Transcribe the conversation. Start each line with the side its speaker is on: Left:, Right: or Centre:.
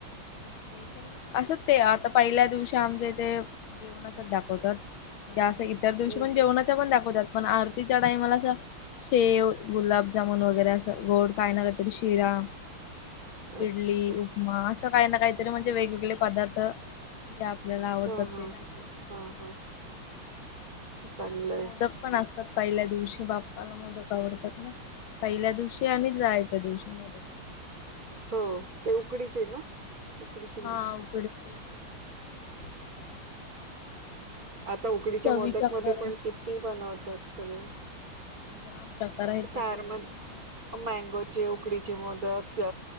Left: अ स्पेशल म्ह असं ते आता पहिल्या दिवशी आमच्या इथे जेवणाचाच दाखवतात. म्हणजे असं इतर दिवशी
Right: हम्म.
Left: पण जेवणाचं पण दाखवतात. पण आरतीच्या टाईमाला असं शेव, गुलाबजामुन वगैरे असं गोड काय ना काहीतरी शिरा.
Right: अच्छा
Left: इडली,
Right: अच्छा
Left: उपमा असं काही ना काहीतरी म्हणजे वेगवेगळे पदार्थ त्या आपल्याला आवडतात
Right: हा हा
Left: ते दाखवतात.
Right: हा हा हा चांगलं आहे
Left: मोदक पण असतात पहिल्या दिवशी बाप् पाला मोदक आवडत्यात ना? पहिल्या दिवशी आणि जायच्या दिवशी मोदक असतात
Right: हो ते उकडीचे ना? उकडीचे मोदक
Left: हा उकडीचे.
Right: <unintelligible> आता
Left: परत
Right: उकडीच्या
Left: चवीच्या
Right: मोदक मध्ये
Left: करून
Right: पण किती बनवतात सगळं.
Left: जाम. प्रकार आहेत
Right: सार
Left: त्याच्यात
Right: मध
Left: पण ना
Right: मँगोचे, उकडीचे मोदक.